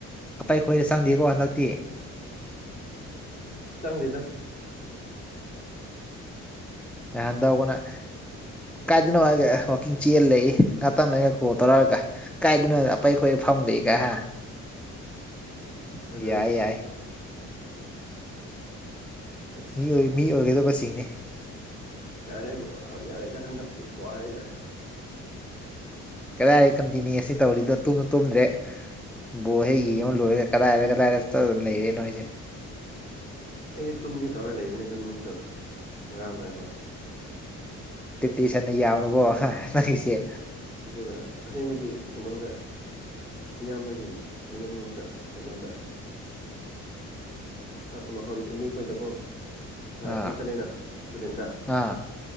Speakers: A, in the centre; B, on the left (about 30°).
A: ꯑꯄꯥꯏ ꯈꯣꯏꯗ ꯆꯪꯗꯦꯀꯣ ꯍꯟꯗꯛꯇꯤ
B: ꯆꯪꯗꯦꯗ
A: ꯅꯍꯥꯟꯗ ꯇꯧꯕꯅ ꯀꯥꯏꯗꯅꯣ ꯍꯥꯏꯔꯒ ꯋꯥꯛꯀꯤꯡ ꯆꯦꯜ ꯂꯩꯏ ꯉꯍꯥꯛꯇꯪ ꯅꯒ ꯀꯣꯜ ꯇꯧꯔꯛꯑꯒ ꯀꯥꯏꯗꯅꫭ ꯑꯄꯩ ꯈꯣꯏ ꯐꯝꯒꯩꯒ ꯍꯥ
B: ꯑꯗꯨꯅꯦ
A: ꯌꯥꯏ ꯌꯥꯏ
B: ꯑꯁ
A: ꯃꯤ ꯃꯤ ꯑꯣꯏꯒꯗꯕꯁꯤꯡꯅ‌ꯦ
B: ꯌꯥꯔꯦ ꯌꯥꯔꯦꯗ ꯍꯟꯗꯛꯇꯤ ꯋꯥꯔꯦꯗ
A: ꯀꯗꯥꯏ ꯀꯟꯄ‌ꯦꯅꯤ ꯑꯁꯤ ꯇꯧꯔꯤꯗꯣ ꯇꯨꯝꯁꯨ ꯇꯨꯝꯗ꯭ꯔꯦ ꯕꯣꯜ
B: ꯑꯗꯨꯅꯦ
A: ꯍꯦꯛ ꯌꯦꯡ ꯂꯣꯏꯔꯒ꯫ ꯀꯗꯥꯏꯔ ꯀꯗꯥꯏꯗ ꯆꯠꯂ ꯂꯩꯔꯦ ꯅꯣꯏꯁꯦ
B: ꯑꯩꯗꯤ ꯇꯨꯝꯒꯦ ꯇꯧꯔꯒ ꯂꯩꯕꯅꯦ ꯑꯗꯨ ꯅꯨꯃꯤꯠꯇꯣ ꯉꯔꯥꯡꯗꯣ ꯍꯥꯏꯕ
A: ꯇꯤꯞꯇꯤ ꯁꯟꯅ ꯌꯥꯕ꯭ꯔꯣꯕꯣ ꯅꯤꯒꯤꯁ‌ꯦ
B: ꯑꯗꯨꯒ ꯑꯁꯦꯡꯕꯗꯤ ꯀꯩꯅꯣꯗ ꯏꯌꯥꯝꯕꯒꯤ ꯃꯌꯨꯝꯔꯣꯝꯗ ꯀꯩꯅꯣꯗ ꯑꯥ ꯃꯈꯔꯣꯝꯗ ꯏꯅꯤꯈꯣꯏꯗꯀꯣ ꯅꯍꯥꯟ
A: ꯑꯥ
B: ꯑꯈꯣꯏ ꯆꯠꯂꯦꯅ ꯇꯨꯔꯦꯟꯗ
A: ꯑꯥ